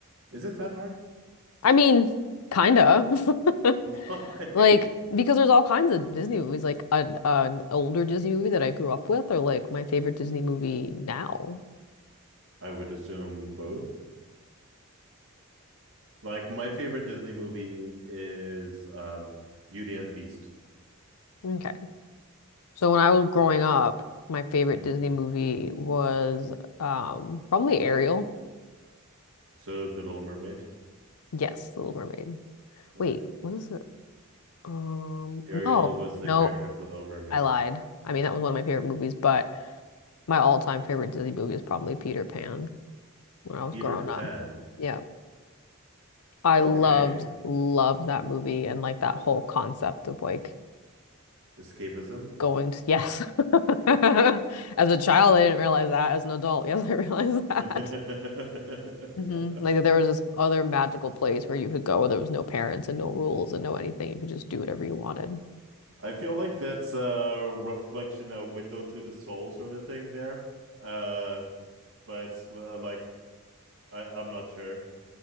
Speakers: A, on the right; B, on the left.
A: Is it that hard?
B: I mean, kinda. <laughs>
A: <laughs> Why?
B: Like, because there's all kinds of Disney movies. Like an an older Disney movie that I grew up with, or like my favorite Disney movie now.
A: I would assume both. Like, my favorite Disney movie is um, Beauty and the Beast.
B: Okay. So when I was growing up, my favorite
A: Mm.
B: Disney movie was um probably Ariel.
A: So, The Little Mermaid.
B: Yes, The Little Mermaid.
A: Okay.
B: Wait, what is it? Um,
A: Ariel
B: no,
A: was the
B: no,
A: character of The Little Mermaid.
B: I lied. I mean, that was one of my favorite movies, but. My all-time favorite Disney movie is probably Peter Pan when
A: Peter
B: I was growing
A: Pan.
B: up. Yeah. I
A: Okay.
B: loved, loved that movie and like that whole concept of like
A: Escapism.
B: going to, yes. <laughs> As a child, I didn't realize that. As an adult, <laughs> yes, I realized that.
A: <laughs>
B: hmm Like there was this other magical place where you could go where there was no parents and no rules and no anything. You could just do whatever you wanted.
A: I feel like that's a reflection, a window to the soul sort of thing there. Uh, but it's like I, I'm not sure.